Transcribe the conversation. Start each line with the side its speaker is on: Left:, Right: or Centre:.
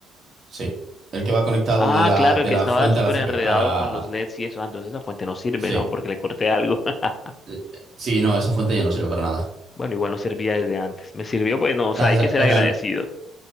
Right: Sí. El que va conectado
Left: Ah,
Right: de la,
Left: claro,
Right: de
Left: el que
Right: la
Left: estaba
Right: fuente
Left: súper
Right: a la CPU.
Left: enredado
Right: A la,
Left: con
Right: a-
Left: los LEDs y eso. Ah, entonces esa fuente no sirve,
Right: sí.
Left: ¿no? Porque le corté algo. <laughs>
Right: Eh, Sí, no, esa fuente ya no sirve para nada.
Left: Bueno, igual no servía desde antes. Me sirvió, bueno, o sea,
Right: Ah,
Left: hay
Right: esa-
Left: que ser agradecido.
Right: eran,